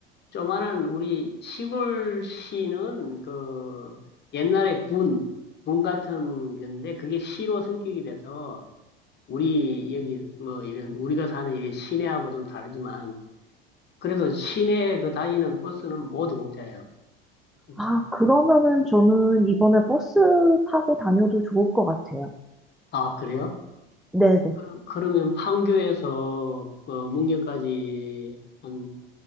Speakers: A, on the left; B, in the centre.
A: 조만한 우리 시골시는 그 옛날에 군 군 같은 건데 그게 시로 승격이 돼서 우리 여기 뭐 이런 우리가 사는 이 시내하고 좀 다르지만 그래도 시내 그 다니는 버스는 모두 공짜예요. 그러니까
B: 아, 그러면은 저는 이번에 버스 타고 다녀도 좋을 것 같아요.
A: 아 그래요?
B: 네네.
A: 그럼 그러면 판교에서 그 문경까지 한